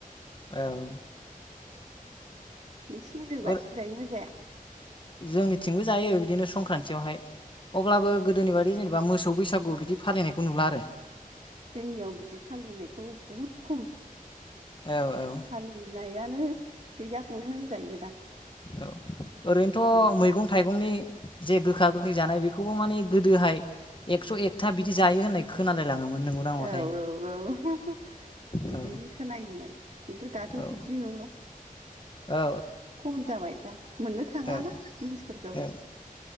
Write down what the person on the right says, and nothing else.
नोंसोरनिजोंलाय
जायोना जाया?
ओ
जोंनियाव बिदि फालिनायखौ बहुद खम
फालिनायानो गैयाखौनो होनजायो दा।
नुला
औ औ औ बिदिनो
खोनायोमोन। खिन्थु दाथ'
बिदि नंला
खम जाबाय दा मोननो थांलााना
जिनिसफोरखौ।